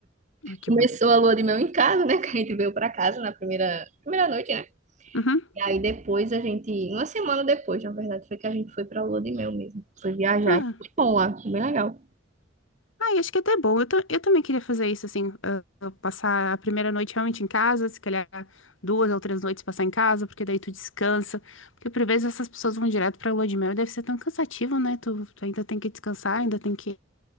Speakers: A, on the left; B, on the right.
A: Ah, que
B: Começou
A: bom.
B: a lua de mel em casa, né? <laughs> Que a gente veio pra casa na primeira, primeira noite, né?
A: Uhum.
B: E aí depois a gente, uma semana depois, na verdade, foi que a gente foi pra lua de mel mesmo. Foi viajar.
A: Ah,
B: Foi bom lá, foi bem legal.
A: Ai, acho que é até bom. Eu, ta- eu também queria fazer isso, assim, ah, ah, passar a primeira noite realmente em casa, se calhar duas ou três noites passar em casa, porque daí tu descansa. Porque por vezes essas pessoas vão direto pra lua de mel e deve ser tão cansativo, né? Tu, tu ainda tem que descansar, ainda tem que.